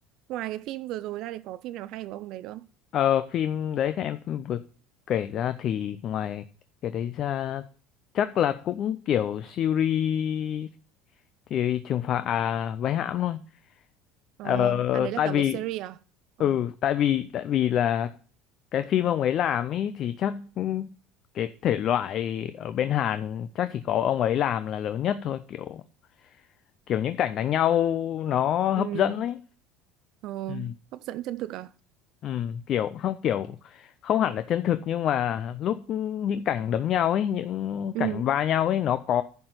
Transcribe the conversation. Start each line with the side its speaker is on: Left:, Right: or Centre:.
Right: ngoài cái phim vừa rồi ra thì có phim nào hay của ông đấy nữa không?
Left: Ờ, phim đấy các em vừa kể ra thì ngoài cái đấy ra chắc là cũng kiểu series thì trừng phạt à vây hãm thôi.
Right: ờ
Left: Ờ,
Right: à đấy là
Left: tại
Right: cả
Left: vì
Right: một series à ờ
Left: ừ tại vì tại vì là cái phim ông ấy làm ý thì chắc cái thể loại ở bên Hàn chắc chỉ có ông ấy làm là lớn nhất thôi kiểu kiểu những cảnh đánh nhau nó
Right: ừ
Left: hấp dẫn ấy.
Right: ờ
Left: Ừ.
Right: hấp dẫn chân thực à
Left: Ừ, kiểu không kiểu không hẳn là chân thực nhưng mà lúc những cảnh đấm nhau ấy những
Right: ừ
Left: cảnh va nhau ấy nó có